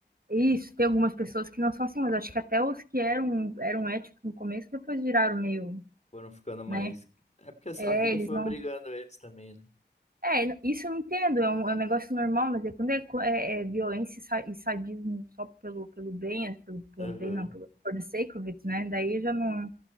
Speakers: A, on the right; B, on the left.
A: E Isso, tem algumas pessoas que não são assim, mas acho que até os que eram, eram éticos no começo, depois viraram meio,
B: Foram ficando mais.
A: né?
B: É porque
A: É,
B: a vida
A: eles
B: foi
A: não,
B: obrigando eles também, né?
A: É, isso eu entendo, é um, é um negócio normal, mas é quando é, é, é violência e sa- e sadismo só pelo, pelo bem, é, pelo, pelo
B: Aham.
A: bem não, pelo, for the sake of it, né? Daí eu já não,